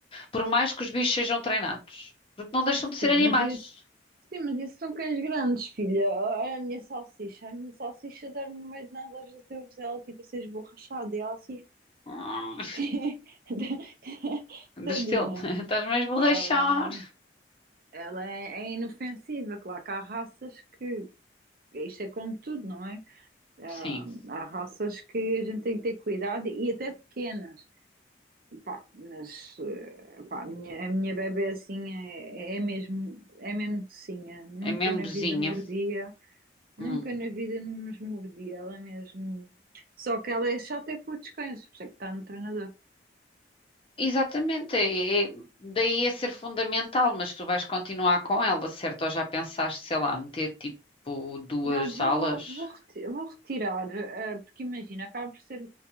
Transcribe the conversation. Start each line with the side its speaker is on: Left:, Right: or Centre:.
Left: Por mais que os bichos sejam treinados. Porque não deixam de ser
Right: Sim,
Left: animais.
Right: mas isso, sim, mas isso são cães grandes, filha. Olha A minha salsicha, a minha salsicha dorme no meio de nada, às vezes eu vejo ela tipo a ser esborrachada e ela assim,
Left: Hum,
Right: <laughs>
Left: <laughs> do
Right: tadinha.
Left: estás mesmo
Right: Ela,
Left: a rachar.
Right: ela é, é inofensiva, claro que há raças que, isto é como tudo, não é? Há,
Left: Sim,
Right: há raças que a gente tem que ter cuidado e até pequenas, Pá, mas eh, pá, a minha, a minha bebé assim é, é mesmo, é mesmo docinha, nunca
Left: é mesmo
Right: na
Left: bozinha.
Right: vida mordia
Left: Hum.
Right: Nunca na vida nos mordi, ela mesmo. Só que ela é chata com os descansos, por isso é que está no treinador.
Left: Exatamente, é, é- daí é ser fundamental, mas tu vais continuar com ela, certo? Ou já pensaste, sei lá, meter tipo duas
Right: Não, vou,
Left: alas?
Right: vou, reti- vou retirar, eh, porque imagina, acaba por ser